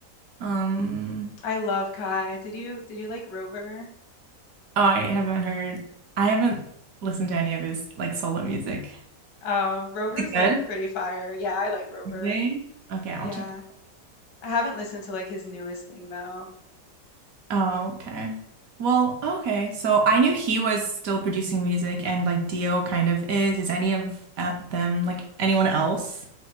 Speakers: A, on the right; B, on the left.
A: Um,
B: I love Kai. Did you did you like Rover?
A: oh, I haven't heard I haven't listened to any of his like solo music.
B: Oh, Rover's,
A: Is it good?
B: like, pretty fire. Yeah, I like Rover.
A: Really? Okay, I'll
B: Yeah.
A: check.
B: I haven't listened to, like, his newest thing, though.
A: Oh, okay. Well, okay. So I knew he was still producing music and like Dio kind of is. Is any of uh, them like anyone else?